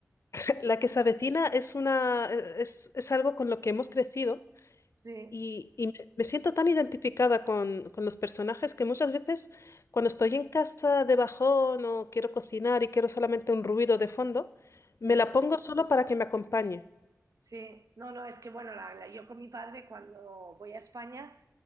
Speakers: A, on the left; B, on the right.
A: <laughs> La que se avecina es una, es, es algo con lo que hemos crecido.
B: Sí,
A: Y, y me me siento tan identificada con, con los personajes que muchas veces cuando estoy en casa de bajón o quiero cocinar y quiero solamente un ruido de fondo, me
B: sí,
A: la pongo solo para que me acompañe.
B: sí. No, no, es que bueno, la- la- yo con mi padre cuando voy a España...